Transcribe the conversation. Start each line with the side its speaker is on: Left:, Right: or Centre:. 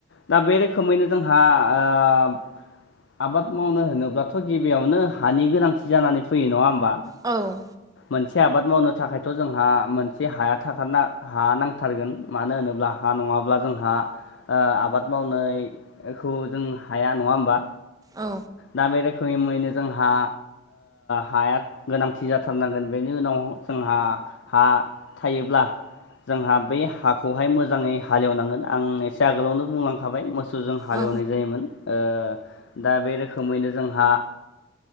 Left: दा बे रोखोमैनो जोंहा। आ आबाद मावनो होनोब्लाथ' गिबियावनो हानि गोनांथि जानानै फैयो नङा होमबा?
Right: औ
Left: मोनसे आबाद मावनो थाखायथ' जोंहा मोनसे हाया थाखारना। हा नांथारगोन मानो होनोब्ला हा नङाब्ला जोंहा। आबाद मावनायखौ जों हाया नङा होमबा।
Right: औ।
Left: दा बे रोखोमै मुैनो जोंहा। हाया गोनांथि जाथारनांगोन बेनि उनाव जोंहा हा थायोब्ला जोंहा बे हाखौहाय मोजाङै हालेवनांगोन आं एसे आगोलावनो बुंलांखाबाय म हालवनाय
Right: औ
Left: जायो। रोखोमैनो जोंहा